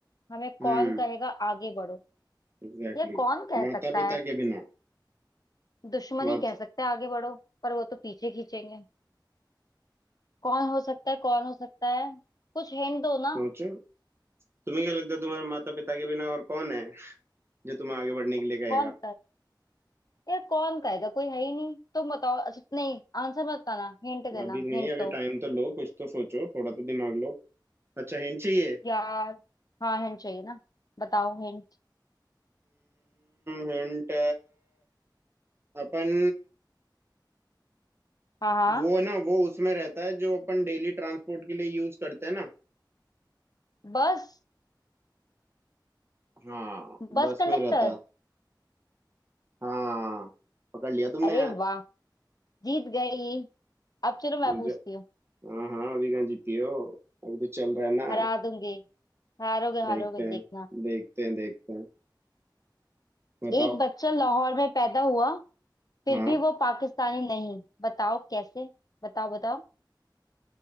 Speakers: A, on the left (about 55°); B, on the right (about 30°).
A: हमें कौन
B: हम्म
A: कहेगा आगे बढ़ो
B: एग्जैक्टली
A: ये कौन कह सकता
B: माता पिता
A: है
B: के बिना
A: दुश्मन
B: माता
A: ही कह सकता है आगे बढ़ो पर वो तो पीछे खींचेंगे कौन हो सकता है कौन हो सकता है कुछ हिंट दो ना
B: सोचो तुम्हें क्या लगता है तुम्हारे माता पिता के बिना और कौन है जो तुम्हें आगे बढ़ने के लिए कहेगा
A: कौन यार कौन कहेगा कोई है ही नहीं तुम बताओ अच्छा नहीं आंसर मत बताना हिंट देना
B: अभी नहीं
A: हिंट
B: अभी
A: दो
B: टाइम तो लो कुछ तो सोचो थोड़ा तो दिमाग लो अच्छा हिंट चाहिए
A: यार हाँ हिंट चाहिए ना बताओ हिंट
B: हिंट अपन
A: हाँ हाँ
B: वो है ना वो उसमें रहता है जो अपन डेली ट्रांसपोर्ट के लिए यूज करते हैं ना
A: बस
B: हाँ
A: Bus
B: बस
A: conductor
B: में रहता है हाँ पकड़ लिया तुमने
A: अरे
B: यार
A: वाह जीत गई अब चलो मैं
B: मुझे
A: पूछती हूँ
B: हाँ हाँ अभी कहाँ जीती हो अभी तो चल रहा है ना
A: हरा दूंगी हारोगे
B: देखते
A: हारोगे
B: हैं
A: देखना
B: देखते हैं देखते हैं बताओ
A: एक बच्चा लाहौर में पैदा हुआ फिर
B: हाँ
A: भी वो पाकिस्तानी नहीं बताओ कैसे बताओ बताओ